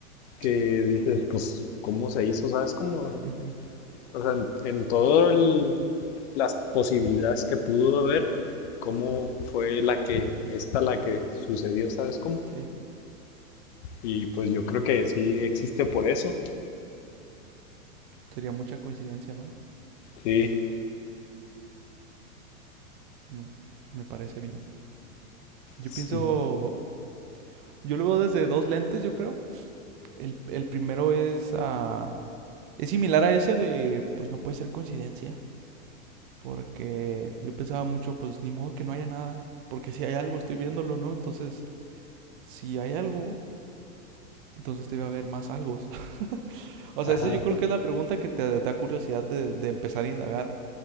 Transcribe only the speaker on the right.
Cierto.
Ujú,
Sí.
Sería mucha coincidencia, ¿no?
Mm, Me parece bien. Yo
pienso, yo lo veo desde dos lentes, yo creo. El, el primero es, ah, es similar a ese de, pues no puede ser coincidencia, porque yo pensaba mucho, pues ni modo que no haya nada, porque si hay algo, estoy viéndolo, ¿no? Entonces, si hay algo, entonces debe haber más algo. <laughs> O
sea, esa yo creo que es la pregunta que te da curiosidad de, de empezar a indagar.